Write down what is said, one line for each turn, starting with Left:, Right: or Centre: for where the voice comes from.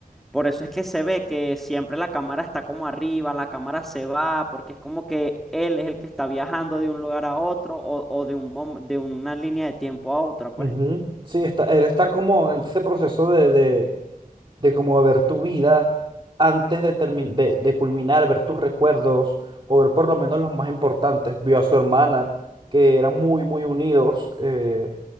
Centre: por eso es que se ve que siempre la cámara está como arriba, la cámara se va, porque es como que él es el que está viajando de un lugar a otro o, o de un, mom- de una línea de tiempo a otra, pues.
Right: ujú. Sí, está, él está como en ese proceso de, de de como ver tu vida antes de, termi- de, de culminar, ver tus recuerdos o ver por lo menos los más importantes. Vio a su hermana, que eran muy, muy unidos, eh,